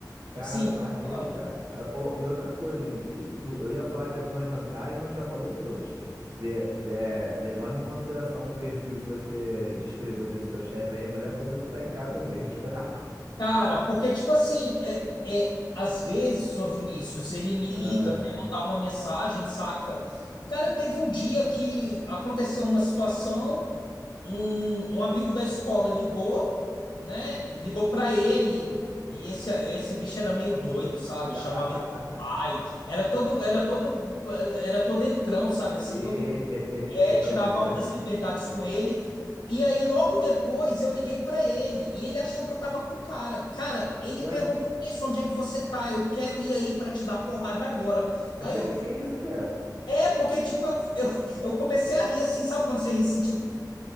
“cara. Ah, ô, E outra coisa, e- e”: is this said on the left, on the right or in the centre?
Right